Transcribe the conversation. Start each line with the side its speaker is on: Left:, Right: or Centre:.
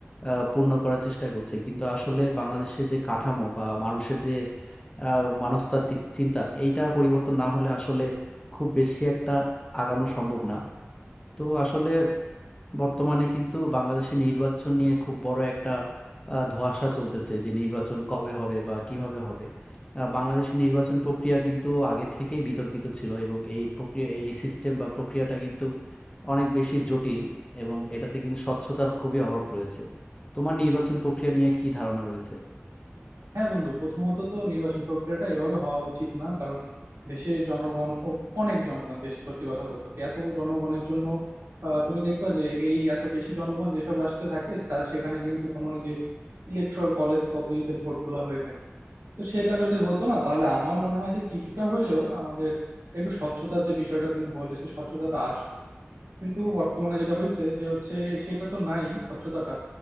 Left: আহ, পূর্ণ করার চেষ্টা করছে কিন্তু আসলে বাংলাদেশের যে কাঠামো বা মানুষের যে আহ, মনস্তাত্ত্বিক চিন্তা এইটা পরিবর্তন না হলে আসলে খুব বেশি একটা আগানো সম্ভব না তো আসলে বর্তমানে কিন্তু বাংলাদেশে নির্বাচন নিয়ে খুব বড় একটা আহ, ধোঁয়াশা চলতেছে যে নির্বাচন কবে হবে বা কিভাবে হবে আহ, বাংলাদেশের নির্বাচন প্রক্রিয়া কিন্তু আগে থেকেই বিতর্কিত ছিল এবং এই প্রক্রিয়া এই সিস্টেম বা প্রক্রিয়াটা কিন্তু অনেক বেশি জটিল এবং এটাতে কিন্তু স্বচ্ছতার খুবই অভাব রয়েছে তোমার নির্বাচন প্রক্রিয়া নিয়ে কি ধারণা রয়েছে
Right: হ্যাঁ বন্ধু প্রথমত তো নির্বাচন প্রক্রিয়াটা এভাবে হওয়া উচিত না কারণ দেশের জনগণ ও- অনেক জনগণ দেশে সত্যি কথা বলতে কি, এত জনগণের জন্য আহ, তুমি দেখবা যে এই এত বেশি জনগণ যেসব রাষ্ট্রে থাকে তার সেখানে কিন্তু তোমার ওই যে ইলেকট্রাল কলেজ পদ্ধতিতে ভোটগুলা হয়ে থাকে তো সেটা যদি হতো না তাহলে আমার মনে হয় যে কিছুটা হইলেও আমাদের একটু স্বচ্ছতার যে বিষয়টা তুমি বললে সেই স্বচ্ছতাটা আসতো কিন্তু বর্তমানে যেটা হয়েছে যে হচ্ছে সেটা তো নাই স্বচ্ছতাটা